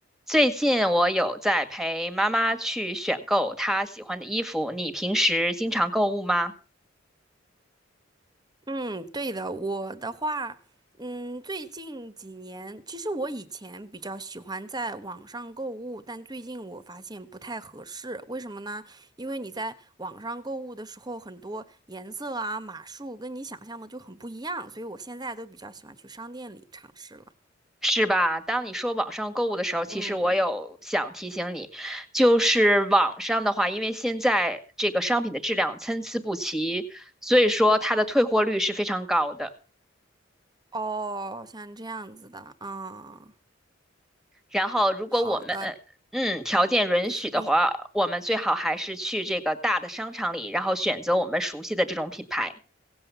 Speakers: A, in the centre; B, on the right.
A: 最近我有在陪妈妈去选购她喜欢的衣服。你平时经常购物吗？
B: 嗯，对的，我的话，嗯，最近几年，其实我以前比较喜欢在网上购物，但最近我发现不太合适，为什么呢？因为你在网上购物的时候，很多颜色啊、码数跟你想象的就很不一样，所以我现在都比较喜欢去商店里尝试了。
A: 是吧？当你说网上购物的时候，其实我有想提醒你，
B: 嗯，
A: 就是网上的话，因为现在这个商品的质量参差不齐，所以说它的退货率是非常高的。
B: 哦，像这样子的，啊，
A: 然后，如果我们呃嗯条件允许的话，
B: 好的，你说你。
A: 我们最好还是去这个大的商场里，然后选择我们熟悉的这种品牌。